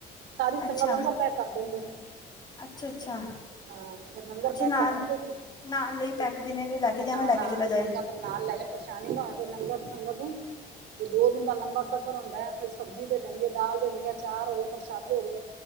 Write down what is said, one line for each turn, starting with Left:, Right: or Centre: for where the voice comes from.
Right: ਸਾਰੀ
Left: ਅੱਛਾ
Right: ਸੰਗਤ ਲੰਗਰ ਪੈਕ ਕਰ ਦਿੰਦੇ ਨੇ।
Left: ਅੱਛਾ ਅੱਛਾ
Right: ਹਾਂ ਫਿਰ ਲੰਗਰ
Left: ਅੱਛਾ
Right: ਪੈਕ
Left: ਨਾਲ
Right: ਕਰ ਦਿੰਦੇ ਨੇ
Left: ਨਾਲ ਲਈ ਪੈਕ ਜਿਹਨੇ ਵੀ ਲੈ ਕੇ ਜਾਣਾ
Right: ਨਾਲਾ
Left: ਲੈ ਕੇ ਚਲਾ ਜਾਏ
Right: ਸੰਗਾ ਨਾਲ ਲੈ ਜਾ ਪਰੇਸ਼ਾਨੀ ਨਾ ਹੋਵੇ ਫਿਰ ਲੰਗਰ ਸੁਗਰ ਨੂੰ ਫਿਰ ਦੋ ਦਿਨ ਦਾ ਲੰਬਾ ਸਫ਼ਰ ਹੁੰਦਾ ਹੈ ਫਿਰ <unintelligible> ਸਬਜ਼ੀ ਦੇ ਦੇਣਗੇ ਦਾਲ ਦੇ ਦੇਣਗੇ ਅਚਾਰ ਹੋ ਗਏ ਪ੍ਰਸ਼ਾਦੇ ਹੋ ਗਏ